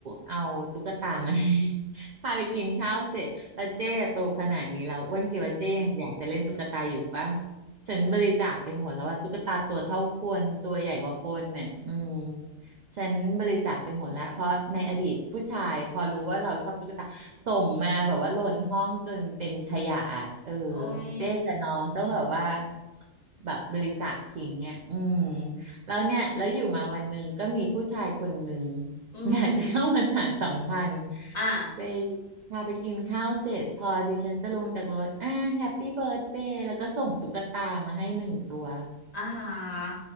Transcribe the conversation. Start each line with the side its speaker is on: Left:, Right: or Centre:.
Right: เอาตุ๊กตามา <laughs> ให้ <laughs> พาไปกินข้าวเสร็จแล้วเจ๊อะโตขนาดนี้แล้วอ้วนคิดว่าเจ๊ยังอยากจะเล่นตุ๊กตาอยู่ปะฉันบริจาคไปหมดแล้วว่าตุ๊กตาตัวเท่าคนตัวใหญ่กว่าคนเนี่ยอืมฉันบริจาคไปหมดแล้วเพราะในอดีตผู้ชายพอรู้ว่าเราชอบตุ๊กตาส่งมาแบบว่าล้นห้องจนเป็นขยะอะเออ
Left: โอ้ย
Right: เจ๊กับน้องต้องแบบว่าแบบบริจาคทิ้งอ่ะอืมแล้วเนี่ยแล้วอยู่มาวันหนึ่งก็มีผู้ชายคนหนึ่ง
Left: อืม
Right: อยากจะเข้ามาสานสัมพันธ์
Left: อ่ะ
Right: ไปพาไปกินข้าวเสร็จพอดิฉันจะลงจากรถอ่าแฮปปี้เบิร์ a เดย์แล้วก็ส่งตุ๊กตามาให้หนึ่งตัว
Left: อาหาร